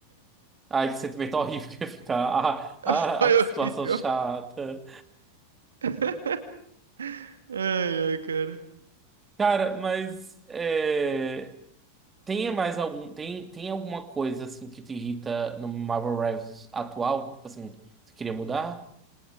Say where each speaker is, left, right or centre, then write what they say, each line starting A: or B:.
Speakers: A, on the right; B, on the right.
A: Ai, que sentimento horrível que ia ficar. <laughs> Ah,
B: <laughs>
A: ah,
B: Foi
A: ai, que situação
B: horrível.
A: chata.
B: <laughs> Ai, ai, cara.
A: Cara, mas. é, Tem mais algum, tem, tem alguma coisa assim que te irrita no Marvel Rivals atual? Tipo assim, você queria mudar?